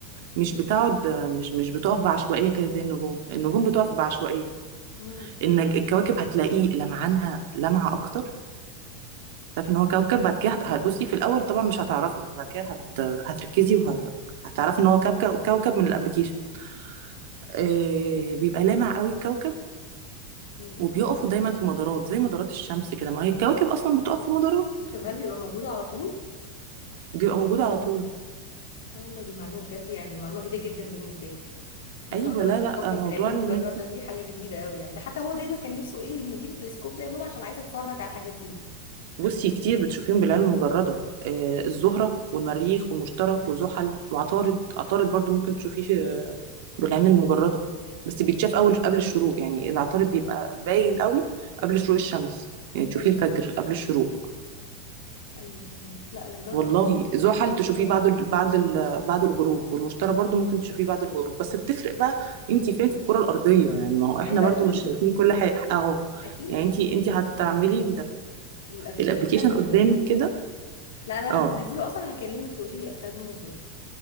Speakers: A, on the right; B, on the left.
A: مش بتقعد مش مش بتقف بعشوائية كده زي النجوم النجوم بتقف بعشوائية
B: امم
A: ان الكواكب هتلاقيه لمعانها لمعة اكتر تعرفي ان هو كوكب بعد كده هت- هتبصي في الاول طبعا مش هتعرفي بس بعد كده هت... هتركزي وهتعرفي ان هو كوكب كوكب من الابليكيشن آه... بيبقى لامع قوي الكوكب
B: أمم.
A: وبيقفوا دايما في مدارات زي مدارات الشمس كده ما هي الكواكب اصلا بتقف في مدارات
B: طب هل بيبقى موجود على طول
A: بيبقى موجود على طول
B: لا والله دي معلومه بجد يعني معلومه جديده جدا بالنسبه لي ان
A: ايوه
B: انا اقدر
A: لا
B: اشوف
A: لا
B: كوكب
A: موضوع
B: بالعين المجرده
A: ان انت
B: دي حاجه جديده قوي يعني ده حتى هو دايما كان نفسه ايه نجيب التلسكوب ده يا ماما عشان عايزه اتفرج على الحاجات دي
A: بصي كتير بتشوفيهم بالعين المجردة آه، الزهرة والمريخ والمشتري وزحل وعطارد عطارد برضو ممكن تشوفيه في- آه، بالعين المجردة بس بيتشاف أول قبل الشروق يعني العطارد بيبقى باين قوي قبل شروق الشمس يعني تشوفيه
B: ايوه
A: الفجر قبل الشروق
B: ايوه فاهمك لا انا نجرب
A: والله
B: الموضوع ده
A: زحل
B: حاسه ممكن
A: تشوفيه
B: تبقى
A: بعد ال... بعد ال... بعد الغروب والمشتري برضو ممكن تشوفيه بعد الغروب بس بتفرق بقى انتي فين في الكرة الأرضية يعني ما هو احنا
B: ايوه
A: برضو
B: اكيد
A: مش شايفين كل حاجة اهو
B: اكيد
A: يعني
B: اكيد
A: انتي انتي هتعملي
B: الابلكيشن
A: الابلكيشن
B: ده هنزله
A: قدامك كده
B: لا انا
A: اه
B: لما هنزله اصلا هكلمك تقولي لي استخدمه ازاي